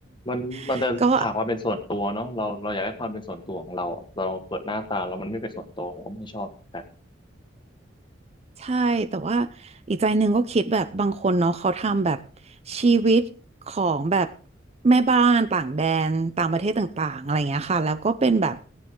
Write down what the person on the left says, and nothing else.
มันมันจะขาดความเป็นส่วนตัวเนาะเราเราอยากได้ความเป็นส่วนตัวของเราเราเปิดหน้าตาเรามันไม่เป็นส่วนตัวผมก็ไม่ชอบแต่